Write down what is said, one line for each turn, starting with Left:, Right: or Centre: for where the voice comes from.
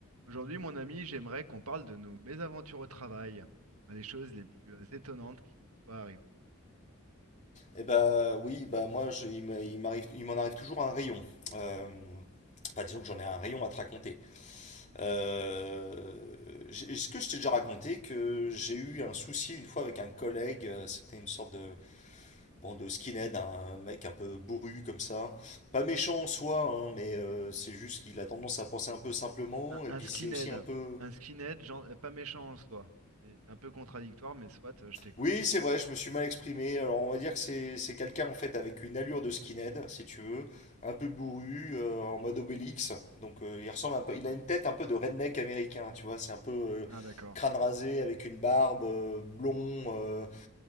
Right: Aujourd'hui, mon ami, j'aimerais qu'on parle de nos mésaventures au travail, les choses les plus euh, étonnantes qui nous soient arrivées.
Left: Eh ben oui, bah moi je- il m'a- il m'arrive, il m'en arrive toujours un rayon. Euh, enfin disons que j'en ai un rayon à te raconter. Euh, j'ai- est-ce que je t'ai déjà raconté que j'ai eu un souci une fois avec un collègue, euh, c'était une sorte de bon de skinhead, hein, un mec un peu bourru comme ça. Pas méchant en soi, hein, mais euh, c'est juste qu'il a tendance à penser un peu simplement
Right: Un,
Left: et
Right: un
Left: puis
Right: skinhead,
Left: c'est aussi un peu
Right: un skinhead, gen- euh, pas méchant en soi. C'est c'est un peu contradictoire, mais soit, euh, je t'écoute.
Left: Oui,
Right: hein.
Left: c'est vrai, je me suis mal exprimé. Alors, on va dire que c'est c'est quelqu'un en fait avec une allure de skinhead, si tu veux, un peu bourru, euh, en mode Obélix. Donc, euh, il ressemble un peu, il a une tête un peu de redneck américain, tu vois. C'est un peu euh,
Right: Ah d'accord,
Left: crâne rasé avec une barbe, euh, blond. euh,